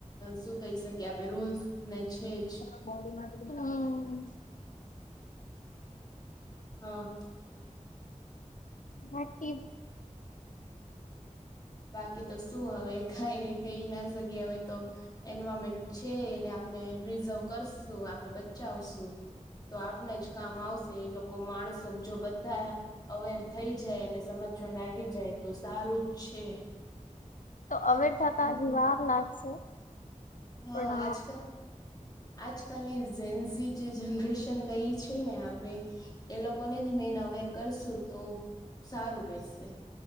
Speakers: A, on the left; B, on the left.
A: શું કહી શકીએ આપે રૂલ્સ ને છે જ.
B: હમ
A: હ
B: બાકી.
A: બાકી તો શું હવે કાઈની કઈ ના સક્યે હવે તો. એન્વાયરમેન્ટ છે એને આપને પ્રિઝર્વ કરશું આપે બચાવશું. તો આપને જ કામ આવશે એ લોકો માણસો જો બધા. અવેર થઈ જાય અને સમજવા લાગી જાય તો સારું જ છે.
B: તો અવેર થતા હજી વાર લાગશે. પણ
A: હા આજ કા આજકાલની જેન્ઝી જે જનરેશન કઈ છે ને આપે. એ લોકોને જ મેન અવેર કરશું તો સારું રશે.